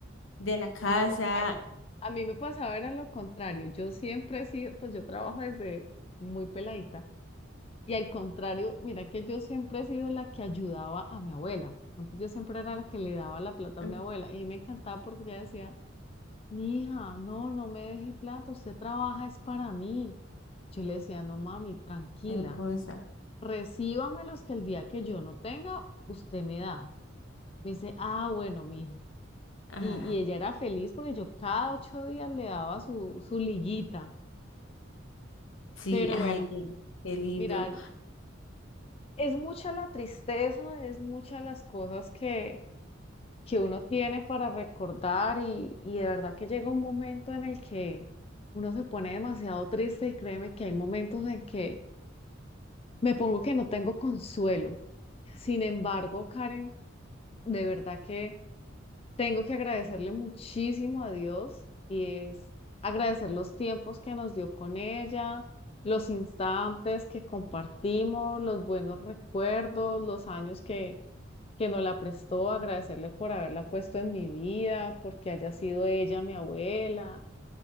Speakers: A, on the left (about 85°); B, on the left (about 30°).
A: de la casa,
B: No, Ay, a mí me pasaba era lo contrario. Yo siempre he sido, pues yo trabajo desde muy peladita. Y al contrario, mira que yo siempre he sido la que ayudaba a mi abuela. Antes yo siempre era la que le daba la plata a
A: mm,
B: mi abuela y me encantaba porque ella decía, mi hija, no, no me deje plata, usted trabaja es para mí. Yo le decía, no mami, tranquila,
A: hermosa.
B: recíbamelos que el día que yo no tenga, usted me da. Me dice, ah, bueno, mija.
A: Ay.
B: Y, y ella era feliz porque yo cada ocho días le daba su, su liguita.
A: Sí,
B: Pero
A: ay,
B: bueno,
A: qué, qué lindo.
B: mira, es mucha la tristeza, es muchas las cosas que que uno tiene para recordar y, y de verdad que llega un momento en el que uno se pone demasiado triste y créeme que hay momentos en que me pongo que no tengo consuelo. Sin embargo, Karen, de verdad que tengo que agradecerle muchísimo a Dios y es agradecer los tiempos que nos dio con ella, los instantes que compartimos, los buenos recuerdos, los años que que nos la prestó, agradecerle por haberla puesto en mi vida, porque haya sido ella mi abuela.